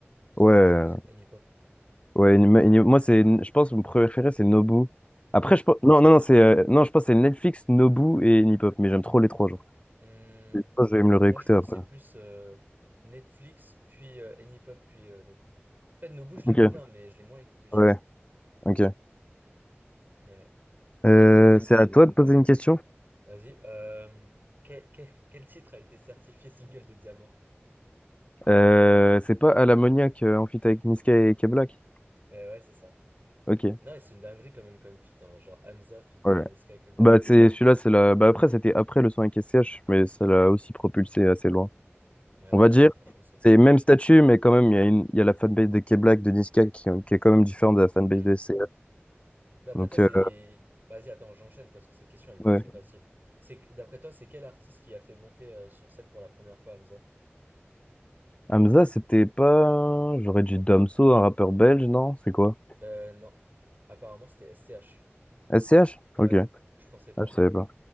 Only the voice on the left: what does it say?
Ouais, euh,
ouais. une- une- moi, c'est, je pense, que mon préféré, c'est Nobu. Après,
je pense, non, non, non, c'est, euh, non, je pense, que c'est Netflix, Nobu et Nipop. Mais j'aime trop les trois, genre.
Je pense que je vais me le réécouter
après.
Ok.
Ouais,
ok.
Euh,
c'est
à toi
de poser une question.
Euh, c'est pas à l'ammoniaque, euh, en feat avec Niska et K-Black.
Ok.
Ouais.
Bah, c'est celui-là, c'est la... bah, après, c'était après le son avec SCH, mais ça l'a aussi propulsé assez loin.
On va
dire,
c'est même statut, mais quand même, il y a une... il y a la fanbase de K-Black, de Niska, qui... euh, qui est quand même différente de la fanbase
de SCH.
Donc,
euh,
ouais.
Hamza, c'était pas. J'aurais dit Damso, un rappeur belge, non? C'est quoi?
SCH?
Ok.
Ah, je savais pas.